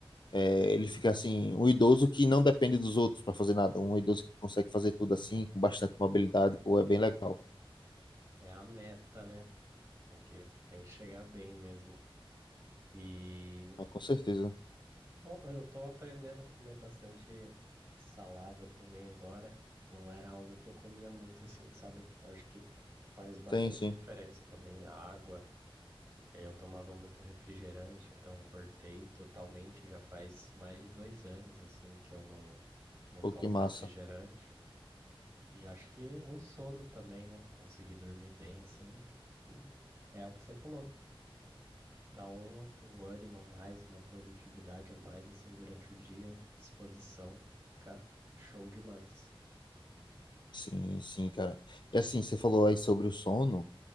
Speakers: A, on the left; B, on the right.
A: É,
B: sim.
A: ele fica assim, um idoso que não depende dos outros para fazer nada, um idoso que consegue fazer tudo assim, com bastante mobilidade, pô, é bem legal.
B: É a meta, né? Tem que, tem que chegar bem mesmo. E
A: Ah, com certeza.
B: ó, eu tô aprendendo a comer bastante salada também agora. Não era algo que eu comia muito assim, sabe? Eu acho que faz bastante
A: Sim, sim.
B: diferença também a água. É, Eu tomava muito refrigerante, então cortei totalmente. Já faz mais de dois anos assim que eu não, não
A: Pô,
B: tomo
A: que massa.
B: refrigerante. E acho que o sono também, né? Conseguir dormir bem, assim. E é o que você falou. Dá um, um ânimo a mais, uma produtividade a mais, assim, durante o dia, disposição. Fica show demais.
A: Sim, sim, cara. E assim, você falou aí sobre o sono.